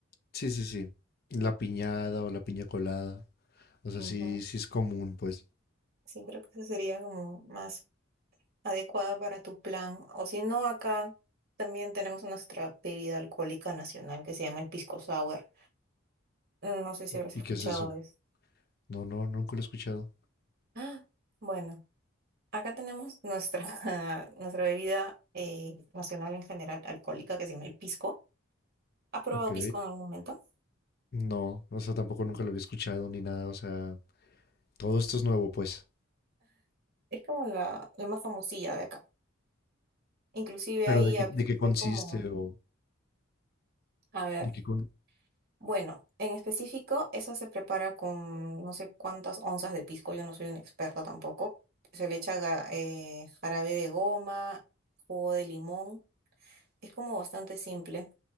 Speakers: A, on the left (about 50°); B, on the right (about 50°).
A: Sí, sí, sí. La piñada o la piña colada. O sea,
B: Ujú.
A: sí, sí es común, pues.
B: Sí, creo que esa sería como más adecuada para tu plan. O si no, acá también tenemos nuestra bebida alcohólica nacional que se llama el pisco sour. No sé si habrás
A: ¿Y
B: escuchado
A: qué es eso?
B: de eso.
A: No, no, nunca lo he escuchado.
B: Ah, bueno. Acá tenemos nuestra, <laughs> nuestra bebida eh, nacional en general alcohólica que se llama el pisco. ¿Has probado
A: Ok.
B: pisco en algún momento?
A: No, o sea, tampoco nunca lo había escuchado ni nada, o sea, todo esto es nuevo, pues.
B: Es como la, la más famosilla de acá. Inclusive
A: Pero
B: ahí
A: ¿de qué,
B: a veces
A: de qué consiste
B: hay como,
A: o
B: a ver,
A: de qué con...
B: bueno, en específico eso se prepara con no sé cuántas onzas de pisco, yo no soy una experta tampoco. Se le echa ga- eh, jarabe de goma, jugo de limón, es como bastante simple